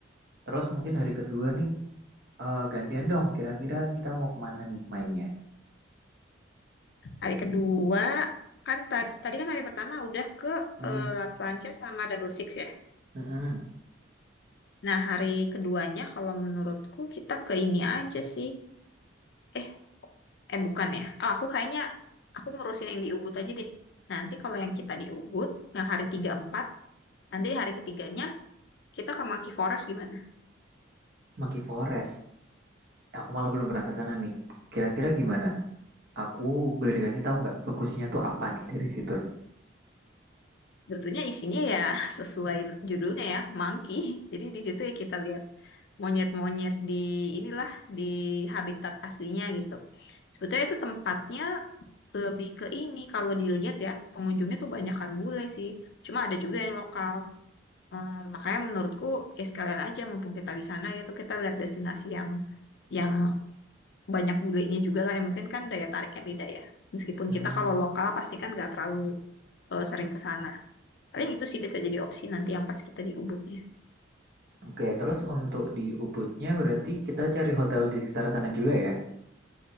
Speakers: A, on the right; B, on the left.
A: Terus mungkin hari kedua nih, eh gantian dong, kira-kira kita mau kemana nih mainnya?
B: Hari kedua kan tadi tadi kan hari pertama udah ke
A: Mhm,
B: eh, La Plancha sama Double Six ya.
A: mhm.
B: Nah hari keduanya kalau menurutku kita ke ini aja sih. Eh. Eh bukan ya. Oh, aku kayaknya aku ngurusin yang di Ubud aja deh. Nanti kalau yang kita di Ubud, yang hari tiga empat nanti di hari ketiganya kita ke Monkey Forest gimana?
A: Monkey Forest. Aku malah belum pernah ke sana nih. Kira-kira gimana? Aku boleh dikasih tahu nggak bagusnya tuh apa nih dari situ?
B: Tentunya isinya ya <laughs> sesuai judulnya ya, monkey. <laughs> Jadi di situ ya kita lihat monyet-monyet di inilah di habitat aslinya gitu. Sebetulnya itu tempatnya lebih ke ini kalau dilihat ya, pengunjungnya tuh banyakan bule sih. Cuma ada juga yang lokal. Eh, makanya menurutku ya sekalian aja mumpung kita di sana ya tuh kita lihat destinasi yang yang banyak bulenya juga lah ya mungkin kan daya tariknya beda ya. Meskipun
A: Hmm,
B: kita kalau lokal pasti kan nggak terlalu eh, sering ke sana. Paling itu sih bisa jadi opsi nanti yang pas kita di Ubudnya.
A: oke. Terus untuk di Ubudnya berarti kita cari hotel di sekitar sana juga ya?